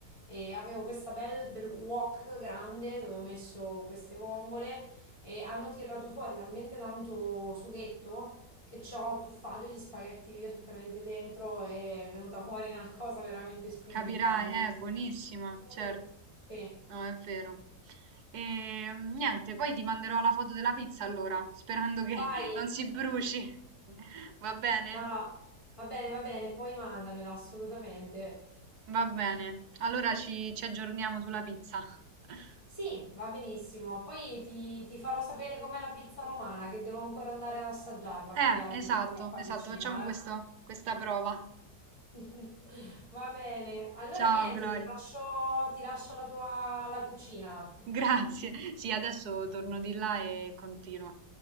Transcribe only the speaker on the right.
Capirai,
è buonissima,
certo.
No, è vero. E mm, niente, poi ti manderò la foto della pizza allora, sperando che
<laughs> non si bruci. Va bene?
Va bene. Allora ci, ci aggiorniamo sulla pizza. <laughs>
Eh,
esatto,
esatto,
facciamo
questo- questa prova.
Ciao,
Gloria.
Grazie. Sì, adesso torno di là e continuo.